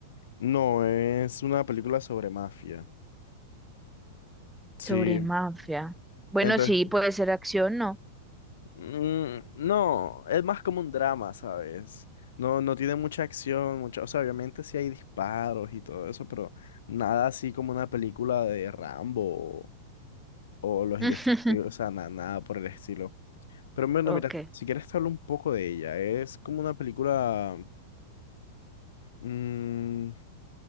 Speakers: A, on the left; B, in the centre.
A: No, es una película sobre mafia. Sí,
B: Sobre mafia. Bueno,
A: entonces,
B: sí, puede ser acción, ¿no?
A: mm, no, es más como un drama, ¿sabes? No, no tiene mucha acción, mucha, o sea, obviamente sí hay disparos y todo eso, pero nada así como una película de Rambo o, o Los
B: <laughs>
A: Indestructibles, o sea, na- nada por el estilo. Pero bueno,
B: Ok.
A: mira, si quieres te hablo un poco de ella, es como una película... mm,